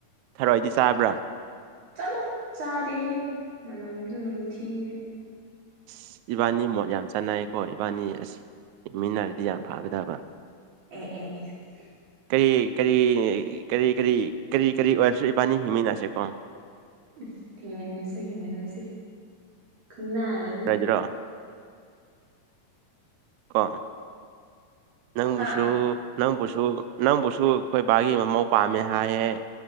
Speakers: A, on the right; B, on the right.
A: ꯊꯔꯣꯏꯏꯗꯤ ꯆꯥꯕ꯭ꯔꯥ
B: ꯆꯠꯂꯣ ꯆꯥꯗꯦꯍꯦ ꯃꯅꯝꯁꯨ ꯅꯝꯊꯤꯍꯦ
A: ꯑꯁ ꯏꯕꯥꯅꯤ ꯃꯣꯠ ꯌꯥꯝ ꯆꯥꯟꯅꯩꯀꯣ ꯏꯕꯥꯅꯤ ꯑꯁ ꯍꯤꯡꯃꯤꯟꯅꯔꯗꯤ ꯌꯥꯝ ꯐꯒꯗꯕ
B: ꯑꯦ ꯑꯦ ꯑꯦ
A: ꯀꯔꯤ ꯀꯔꯤ ꯀꯔꯤ ꯀꯔꯤ ꯀꯔꯤ ꯀꯔꯤ ꯑꯣꯏꯔꯁꯨ ꯏꯕꯥꯅꯤ ꯍꯤꯡꯃꯤꯟꯅꯁꯦ ꯀꯣ
B: ꯎ ꯍꯤꯡꯃꯤꯟꯅꯁꯦ ꯍꯤꯡꯃꯤꯟꯅꯁꯦ ꯈꯪꯅꯔꯗꯤ
A: ꯗ꯭ꯔ ꯀ ꯅꯪꯕꯨꯁꯨꯨ
B: ꯍꯥ
A: ꯅꯪꯕꯨꯁꯨ ꯅꯪꯕꯨꯁꯨ ꯑꯩꯈꯣꯏ ꯕꯥꯒꯤ ꯃꯃꯧ ꯄꯥꯝꯃꯦ ꯍꯥꯏꯌꯦ